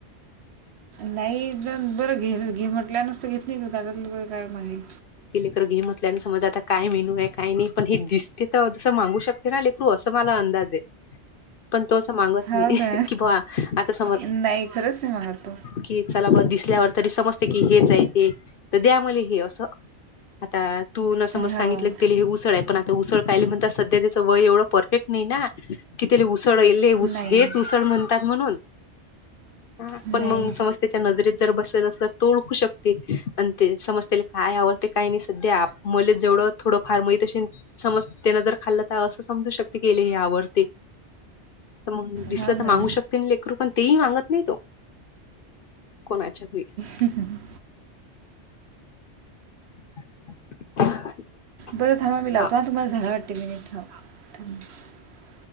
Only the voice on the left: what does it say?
घेमल्या समज आता काय मेनू आहे काय नाही पण हे दिसते तर तसं मागू शकते ना लेकरू असं मला अंदाज आहे पण तो असं मागत
नाही
की आता समज
की चला ब ल्यावर तरी समजते की हेच आहे ते तर द्या म हे असं आता तू न समज
सांगितलं क ते हे उसळ आहे पण उसळ काली म्हण सध्या त्याच वय एवढं परफेक्ट नाही ना की उसळलेस
हेच उसळ म्हणतात म्हणून हा
पण मग समज त्याच्या नजरेत जर बसलेल असलं तु ओळखू शकते आणि ते समजतेला काय आवडते काय नाही, सध्या आप मले जेवढं थोडं फार माहित समज त्यानं जर खाल्ल तर असं समजू शकते हेला हे आवडते तर मग दिसलं
तर मागू
शकते ना लेकरू पण तेही मागत नाही तो कोणाच्यात होईल
<inaudible>
हा